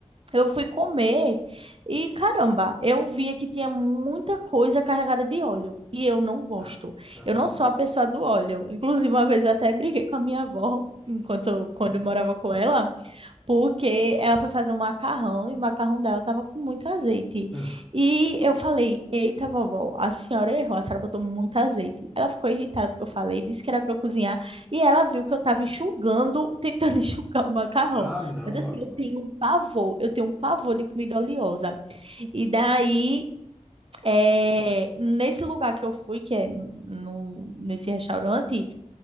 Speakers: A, on the right; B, in the centre.
A: Eu fui comer e caramba, eu via que tinha muita coisa carregada de óleo e eu não gosto.
B: Tá, caramba.
A: Eu não sou a pessoa do óleo. Inclusive, uma vez eu até briguei com a minha avó, enquanto quando eu morava com ela, porque ela foi fazer um macarrão e o macarrão dela estava com muito azeite.
B: Ah,
A: E eu falei: Eita, vovó, a senhora errou, a senhora botou muito azeite. Ela ficou irritada porque eu falei, disse que era para eu cozinhar. E ela viu que eu estava enxugando, <laughs> tentando enxugar o macarrão.
B: ah, não,
A: Mas assim,
B: Ávila.
A: eu tenho um pavor, eu tenho um pavor de comida oleosa. E daí, eh, nesse lugar que eu fui, que é no, nesse restaurante.